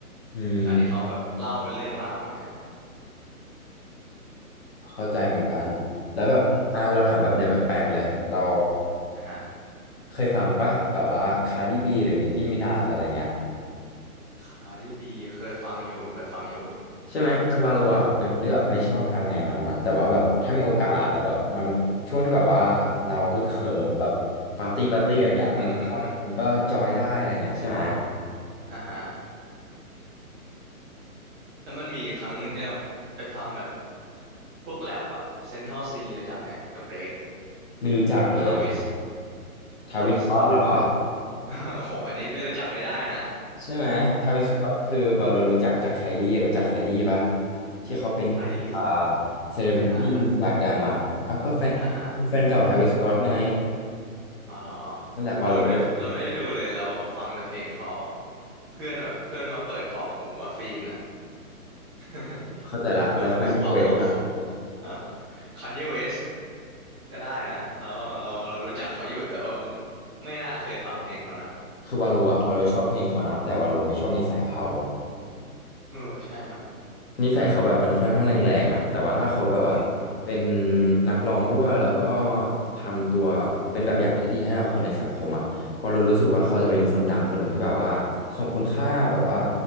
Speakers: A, on the left; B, on the right.
A: อืม
B: การที่เขาแบบเล่าเป็นเรื่องราวอย่างเงี้ย
A: เข้าใจเหมือนกันแล้วแบบอ่ะเราถามแบบเนี้ยแปลกๆเลยเรา
B: อืมนะฮะ
A: เคยฟังป่ะแบบว่าคาร์ดิบีหรือนิกกี้มินาจอะไรเงี้ย
B: คาร์ดิบีเคยฟังอยู่เคยฟังอยู่
A: ใช่ไหมคือวาโลอ่ะเป็นคนที่แบบไม่ชอบทางแนวนั้นนะแต่ว่าแบบถ้ามีโอกาสแล้วแบบมันช่วงที่แบบว่าเราฮึกเหิมแบบปาร์ตี้ปาร์ตี้อะไรเงี้ยมันก็เข้ามันก็จอยได้อะไรเงี้ยใช่ไหม
B: <laughs> อ่าฮะแล้วมันมีครั้งหนึ่งที่เราไปฟังแบบพวกแรปอะเซนทรัลซีรู้จักไหมกับเดรก
A: ไม่รู้จักเลย
B: ทาวิส
A: ทาวิสก็อตเหรอ
B: ทาวิสสก็ <laughs> โอ้โหอันนี้ไม่รู้จักไม่ได้นะ
A: ใช่ไหมทาวิสก็อตคือวาโลรู้จักจากไคลี่รู้จักไคลี่ปะ
B: <laughs>
A: ที่เขาเป็นอ่า
B: ไคลี่เหรอ
A: เซเลบริตี้อินสตาแกรมอ่ะอ่ะก็แฟน
B: จำไม่ได้ละอ่ะฮะ
A: แฟนเก่าทาวิสก็อตไง
B: อ๋อเหรอ
A: นั่นแหละวาโลก็เลย
B: เราไม่ได้เราไม่ได้ดูเลยเราฟังแต่เพลงเขาเพื่อนแบบเพื่อนมาเปิดกรอกหูอะฟีนอะ <laughs>
A: เข้าใจละแล้วคันยีเวส
B: กับกูสบัมอะโห <laughs> คานเยเวสก็ได้นะเราเราเรารู้จักเขาอยู่แต่ว่าไม่น่าเคยฟังเพลงเขานะ
A: คือวาโลอะวาโลชอบเพลงเขานะแต่วาโลไม่ชอบนิสัยเขา
B: เออใช่เนาะ
A: นิสัยเขาแบบมันค่อนข้างแรงๆอะแต่ว่าถ้าเขาแบบว่า
B: อืม
A: เป็นนักร้องด้วยแล้วก็ทำตัวเป็นแบบอย่างที่ดีให้กับคนในสังคมอะวาโลรู้สึกว่าเขาจะเป็นคนดังคนหนึ่งที่แบบว่าทรงคุณค่าแบบว่า